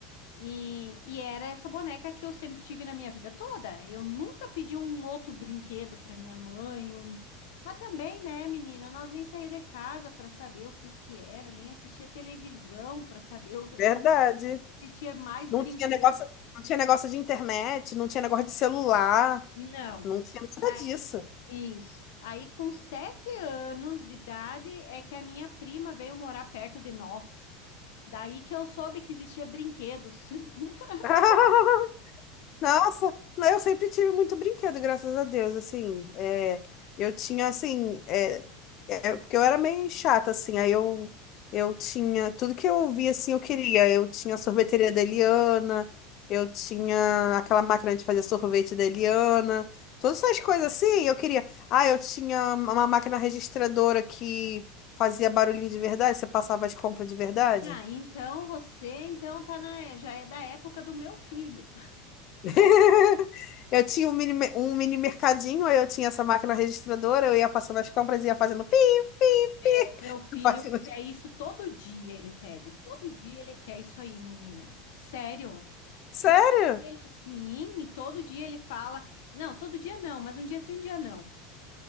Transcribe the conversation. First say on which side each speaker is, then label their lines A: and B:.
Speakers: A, on the left (about 80°); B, on the left (about 35°).
A: E, e era essa boneca que eu sempre tive na minha vida toda. Eu nunca pedi um outro brinquedo pra minha mãe, um... Mas também, né, menina, nós nem saía de casa pra saber o que que era, nem assistia televisão pra saber o... se
B: Verdade.
A: existia mais
B: Não
A: brinquedo.
B: tinha negócio, não tinha negócio de internet, não tinha negócio de celular,
A: Não.
B: não tinha nada
A: Aí,
B: disso.
A: isso. Aí, com sete anos de idade, é que a minha prima veio morar perto de nós. Daí que eu soube que existia brinquedos. <laughs>
B: <laughs> Nossa, não, eu sempre tive muito brinquedo, graças a Deus, assim, é, eu tinha, assim, é, é, porque eu era meio chata, assim, aí eu, eu tinha, tudo que eu via, assim, eu queria, eu tinha a sorveteria da Eliana, eu tinha aquela máquina de fazer sorvete da Eliana, todas essas coisas, assim, eu queria, ah, eu tinha uma máquina registradora que fazia barulhinho de verdade, você passava as compras de verdade,
A: Ah, então você então tá na, já é da época do meu filho.
B: <laughs> Eu tinha um mini, me- um mini mercadinho, aí eu tinha essa máquina registradora, eu ia passando as compras e ia fazendo
A: Meu Deus,
B: pi, pi,
A: meu,
B: pi.
A: meu filho
B: <laughs> Eu fazendo as-
A: quer isso todo dia, ele pede. Todo dia ele quer isso aí, menina. Sério?
B: Sério?
A: Todo dia ele, sim, todo dia ele fala. Não, todo dia não, mas um dia sim, um dia não.